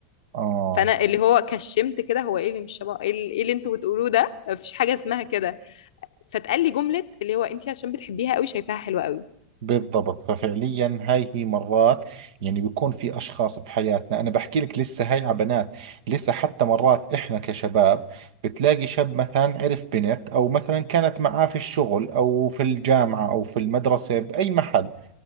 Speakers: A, on the right; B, on the left.
A: اه
B: فانا اللي هو كشمت كده هو ايه اللي مش شبه ايه اللي إيه اللي انتوا بتقولوه ده مفيش حاجه اسمها كده فتقال لي جمله اللي هو انت عشان بتحبيها قوي شايفاها حلوه قوي
A: بالضبط ففعليا هاي هي مرات يعني بيكون في أشخاص في حياتنا أنا بحكي لك لسه هاي على بنات لسه حتى مرات إحنا كشباب بتلاقي شاب مثلا عرف بنت أو مثلا كانت معاه في الشغل أو في الجامعة أو في المدرسة بأي محل